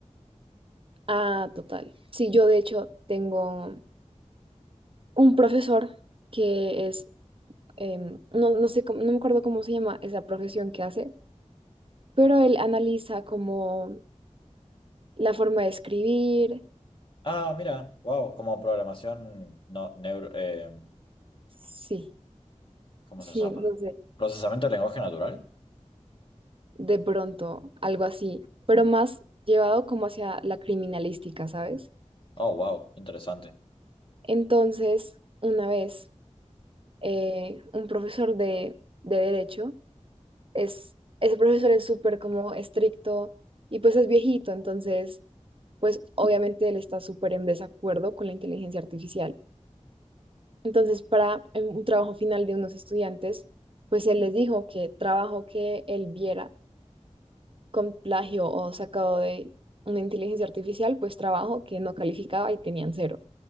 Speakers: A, on the right; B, on the left.
A: Ah, total. Sí, yo de hecho tengo un profesor que es em, no, no sé cómo, no me acuerdo cómo se llama esa profesión que hace, pero él analiza como la forma de escribir,
B: Ah, mira, wow, como programación, no, neuro, eh,
A: sí,
B: ¿cómo
A: sí,
B: se llama?
A: no sé,
B: Procesamiento de lenguaje natural.
A: de pronto, algo así, pero
B: Mm.
A: más llevado como hacia la criminalística, ¿sabes?
B: Oh, wow, interesante.
A: Entonces, una vez, eh, un profesor de, de derecho, es, ese profesor es súper como estricto y pues es viejito, entonces, pues obviamente él está súper en desacuerdo con la inteligencia artificial. Entonces, para eh, un trabajo final de unos estudiantes, pues él les dijo que trabajo que él viera con plagio o sacado de una inteligencia artificial, pues trabajo que no calificaba y tenían cero.